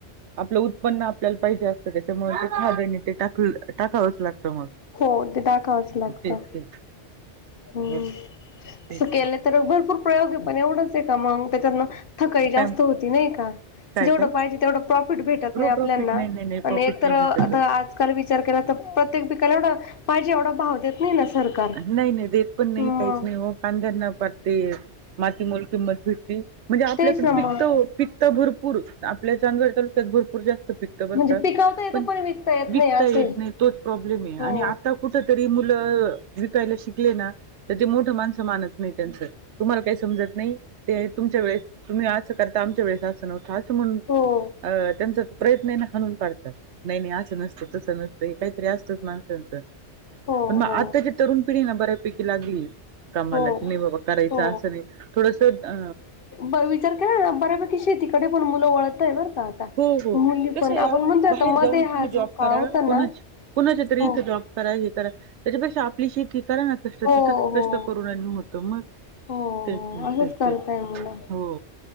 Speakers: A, on the right; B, on the left.
A: आपलं उत्पन्न आपल्याला पाहिजे असतं त्याच्यामुळे ते <unintelligible> ते टाक टाकावच लागत मग
B: हो ते टाकावंच लागतं.
A: तेच तेच
B: हम्म
A: व तेच
B: तसं केलं
A: ना
B: तर भरपूर प्रयोग आहे पण एवढंच ते का मग त्याच्यातन थकाई जास्त
A: पॅम-
B: होती नाही का?
A: काय
B: जेवढं
A: काय
B: पाहिजे तेवढं प्रॉफिट भेटत
A: प्रो
B: नाही आपल्याना
A: प्रॉफिट नाही नाही नाही प्रॉफिट
B: आणि एक तर
A: नाही
B: आता
A: भेटत
B: आज काल विचार केला तर प्रत्येक पिकाला एवढं पाहिजे एवढा भाव देत नाही न सरकार.
A: नाही नाही दे पण नाही
B: मग
A: काहीच नाही हो कांद्यांना पार ते माती मोल किंमत भेटती. म्हणजे आपल्याकड
B: तेच ना
A: पिकत
B: मग
A: ओ पिकत भरपूर आपल्या च्या <unintelligible> भरपूर जास्त पिकत बर
B: म्हणजे
A: का
B: पिकवता येतं
A: पण
B: येत
A: विकता
B: नाही असंय.
A: येत नाही तोच प्रॉब्लेम आहे
B: हो
A: आणि आता कुठ तरी मुलं विकायला शिकले ना तर ते मोठं माणसं मानत नाही त्यांच तुम्हाला काय समजत नाही ते तुमच्या वेळेस तुम्ही असं करता आमच्या वेळेस असं नव्हतं असं म्हणून
B: हो
A: अ त्यांचा प्रयत्न आहे ना हाणून पाढतात नाही नाही असं नस तस नसतं काहीतरी असतच माणसांचं
B: हो
A: पण मग आ
B: हो
A: तरुण पिणी बऱ्यापैकी लागलीय. कमाला
B: हो
A: की नाही बाबा करायचं
B: हो
A: असं नाही थोडस अ
B: ब विचार केला का बऱ्यापैकी शेतीकडे पण मुलं वळताय बर का आता
A: हो हो
B: मुली
A: कसं
B: पण
A: आहे
B: आपण
A: अहो
B: म्हणतो आता
A: बाहेर
B: मध्ये
A: जाऊन तुम्ही
B: हा जो
A: जॉब
B: काळ
A: करा
B: होता ना
A: कोणा-कोणाच्या तरी
B: हो
A: इथं जॉब करा हे करा त्याच्यापेक्षा आपली शती करा ना कष्ट
B: हो
A: तिथंच
B: हो
A: कष्ट करुनानी होत मग
B: हो हो
A: तेच न
B: असंच
A: तेच
B: करताय
A: तेच
B: मुलं
A: हो